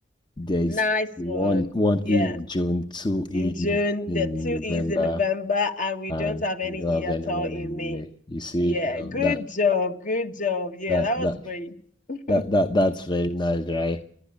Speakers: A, on the left; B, on the left.
A: There is
B: nice
A: one
B: one.
A: one
B: Yes.
A: E in June, two E
B: In June,
A: in
B: the two
A: November,
B: is in November, and we
A: and
B: don't have any
A: you don't
B: E
A: have
B: at
A: anyone
B: all in
A: in
B: May.
A: May. You see,
B: Yeah,
A: um,
B: good
A: that
B: job. Good job. Yeah,
A: that
B: that was
A: that
B: great. <laughs>
A: that that that's very nice, right?